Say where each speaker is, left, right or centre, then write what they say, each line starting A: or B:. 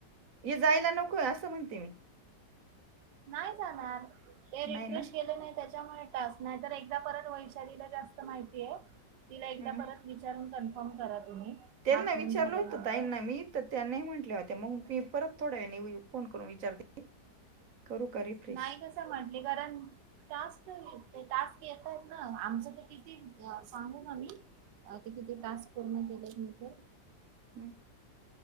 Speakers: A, on the right; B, on the right.
A: जायला नकोय असं म्हणते मी.
B: नाही जाणार ते रिफ्रेश
A: नाही ना
B: केलं नाही त्याच्या त्यामुळे टास्क नाही तर एकदा परत वैशालीला जास्त माहितीय तिला एकदा
A: हम्म
B: परत विचारून कन्फर्म करा. तुम्ही
A: त्यांना
B: हा फोन
A: विचारलं
B: झाल्यानंतर
A: होत ताईना मी त त्यांनी म्हटल्या होते मग मी परत थोड्या फोन करून विचारते. करू का रिफ्रेश
B: नाही कसं म्हटले कारण टास्क ते टास्क येत आहेत ना आमचं ते किती सांगू आम्ही ते किती टास्क पूर्ण केलंत मी तर
A: हम्म.